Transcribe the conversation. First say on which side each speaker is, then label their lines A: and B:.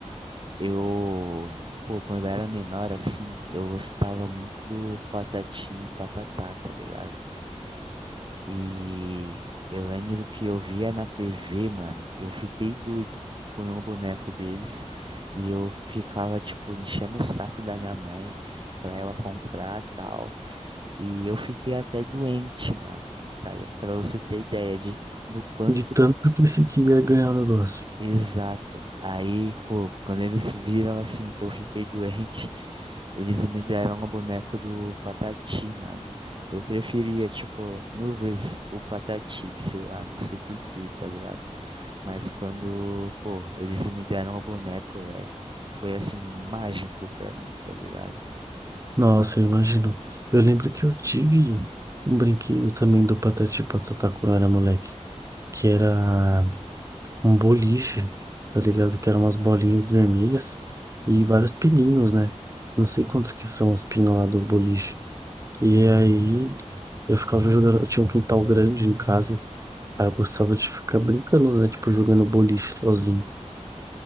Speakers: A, on the right; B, on the right.
A: eu. Pô, quando eu era menor, assim, eu gostava muito do Patati e Patatá, tá ligado? E eu lembro que eu via na TV, mano, eu fiquei doido por um boneco deles e eu ficava, tipo, enchendo o saco da minha mãe pra ela comprar tal. E eu fiquei até doente, mano, tá? Pra você ter ideia de do quanto
B: De tanto que você queria ganhar o negócio.
A: exato. Aí, pô, quando eles viram assim que eu fiquei doente, eles me deram o boneco do Patati, mano. Eu preferia, tipo, mil vezes o Patati, sei lá, não sei por quê, tá ligado? Mas quando, pô, eles me deram o boneco, velho, foi assim, mágico pra mim, tá ligado?
B: Nossa, eu imagino. Eu lembro que eu tive um brinquedo também do Patati e Patatá quando eu era moleque, que era um boliche, tá ligado? Que eram umas bolinhas vermelhas e vários pininhos, né? Não sei quantos que são os pinos lá do boliche. E aí eu ficava jogando, eu tinha um quintal grande em casa, aí eu gostava de ficar brincando, né? Tipo, jogando boliche sozinho.